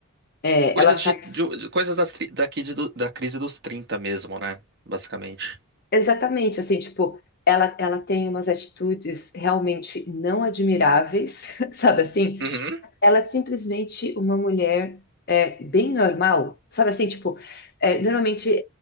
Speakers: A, on the left; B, on the right.
A: é,
B: Coisas
A: ela faz
B: de, de- coisas das tri- daqui de- do- da crise dos 30, mesmo, né? Basicamente.
A: Exatamente, assim, tipo, ela, ela tem umas atitudes realmente não admiráveis, <laughs> sabe assim?
B: Uhum.
A: Ela é simplesmente uma mulher é, bem normal, sabe assim, tipo, é, normalmente